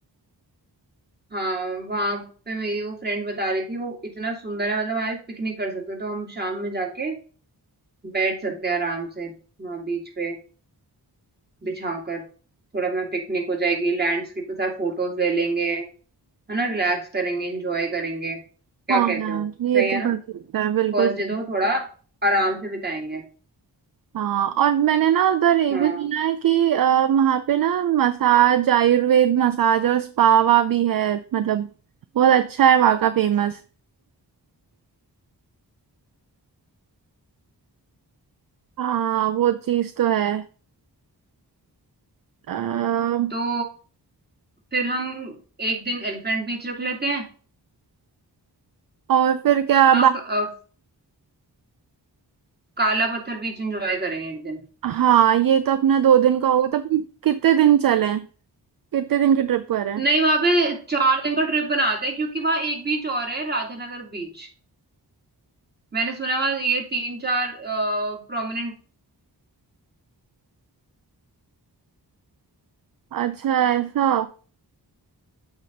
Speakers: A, on the right; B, on the right.
A: हाँ वहां पे मेरी वो फ्रेंड बता रही थी वो इतना सुंदर है मतलब हमारे पिकनिक कर सकते हो तो हम शाम में जाके बैठ सकते हैं आराम से वहां बीच पे बिछा कर थोड़ा अपना पिकनिक हो जाएगी लैंडस्केप के साथ फोटोज ले लेंगे है ना रिलैक्स करेंगे एंजॉय करेंगे क्या
B: हाँ
A: कहते
B: हाँ,
A: हो सही
B: ये
A: है
B: तो
A: ना
B: कर सकते हैं बिल्कुल
A: फर्स्ट डे तो थोड़ा आराम से बिताएंगे
B: हाँ और मैंने ना उधर ये
A: हाँ
B: भी सुना है कि आ, वहाँ पे ना मसाज आयुर्वेद मसाज और स्पावा भी है मतलब बहुत अच्छा है वहाँ का फेमस हाँ वो चीज तो है आ,
A: तो फिर हम एक दिन एलिफेंट बीच रख लेते हैं
B: और फिर क्या
A: हाँ,
B: बा...
A: क- अ, काला पत्थर बीच एंजॉय करेंगे एक दिन
B: हाँ ये तो अपना दो दिन का होगा तो अपन कितने दिन चले कितने दिन की ट्रिप करें
A: नहीं वहां पे चार दिन का ट्रिप बनाते हैं क्योंकि वहां एक बीच और है राधानगर बीच मैंने सुना है वहां ये तीन चार प्रोमिनेंट
B: अच्छा ऐसा